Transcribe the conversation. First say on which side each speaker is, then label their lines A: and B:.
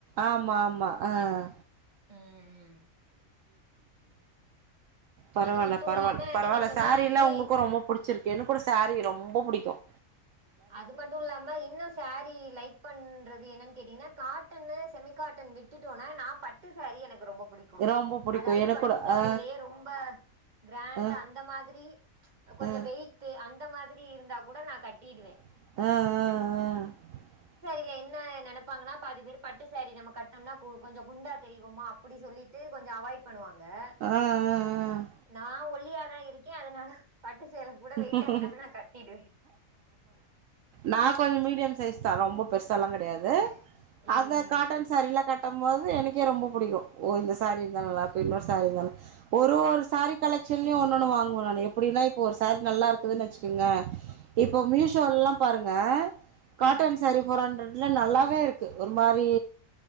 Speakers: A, on the right; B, on the right.
A: ஆமா ஆமா ஆஹ்
B: ம்
A: பரவாயில்ல
B: அது மட்டு
A: பரவாயில்ல
B: இல்லாம
A: பரவாயில்ல
B: நீங்க சொன்ன
A: செரி
B: மாதிரி
A: லாம் உங்களுக்கும் ரொம்ப புடிச்சிருக்கு எனக்கு கூட சாரீ ரொம்ப பிடிக்கும்
B: அது மட்டும் இல்லாம இன்னும் சாரி லைக் பண்றது என்னன்ன கேட்டீங்கன்னா காட்டன் செமிகாட்டன் விட்டுட்டோன நா பட்டு சாரி எனக்கு ரொம்ப புடிக்கு
A: ரொம்ப புடிக்கு
B: அதாவது
A: எனக்கூட
B: பட்டு சாரிலேயே
A: ஆ
B: ரொம்ப கிராண்ட்
A: ஆ
B: அந்த மாதிரி கொஞ்சோ
A: ஆ
B: வெயிட் அந்த மாதிரி <unintelligible> இருந்தா கூட நா கட்டிடுவே
A: ஆஹ் ஆஹ் ஆஹ்
B: இதுல என்ன நெனைப்பாங்கன்னா பதி பேர் பட்டு சாரி நம்ம கட்டணம்னா கொ கொஞ்சோ குண்டா தெரிவோமா அப்புடி சொல்லிட்டு கொஞ்சோ அவாய்ட் பண்ணுவாங்க ங்க
A: ஆ ஆ
B: நா ஒழி யா தா இருக்கே அதனால பட்டு சேலக் கூட வெயிட்டா
A: ஆ
B: இருந்தாலுமே
A: ஆ
B: நா கட்டிடுவே
A: நான் கொஞ்சோ மீடியம் சைஸ் தா ரொம்ப பெருசால்லா கெடையாது
B: ம்
A: அத
B: ம்
A: காட்டன் சாரில கட் கும் போது எனக்கே ரொம்போ புடிக்கு ஓ இந்த சாரி இருந்த நல்லாக்கு இன்னொரு சாரி இரு ஒரு ஒரு சாரி கலெக்ஷன்லியு ஒன்னொன்னு வாங்குவ நானு எப்புடினா இப்ப சாரி நல்லா இருக்குதுன்னு வச்சுக்கேங்ளா இப்போ மீஷோல்லா பாருங்க காட்டன்
B: ம்
A: சாரி போர் ஹண்ட்ரட் இல்ல நல்லாவே இருக்கு ஒரு மாரி